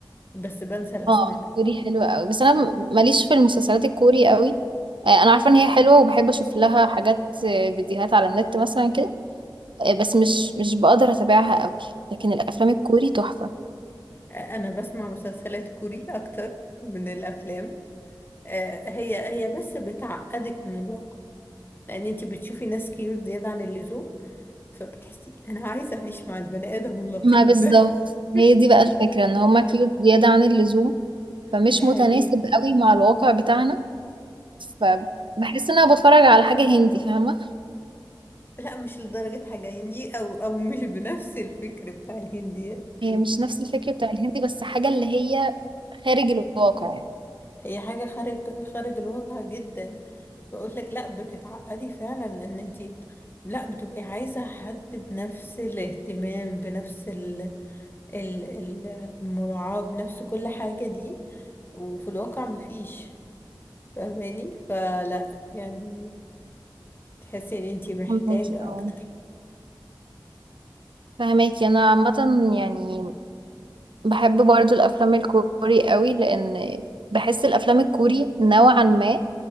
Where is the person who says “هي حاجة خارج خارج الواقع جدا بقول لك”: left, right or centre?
Left